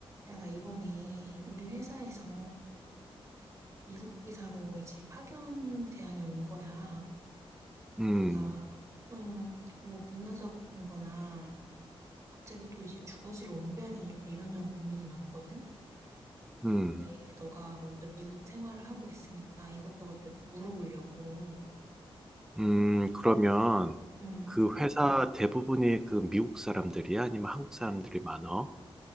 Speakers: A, on the right; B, in the centre.
A: 야, 나 이번에 우리 회사에서 미국 지사로 이제 파견 제안이 온 거야.
B: 음,
A: 내가 좀 뭐 문화적인 거나 갑자기 또 이제 주거지를 옮겨야 되니까 이런저런 고민이 많거든?
B: 음,
A: 근데 너가 먼저 미국 생활을 하고 있으니까 이것저것 여- 물어보려고.
B: 음, 그러면
A: 응.
B: 그 회사 대부분이 그 미국 사람들이야? 아니면 한국 사람들이 많어?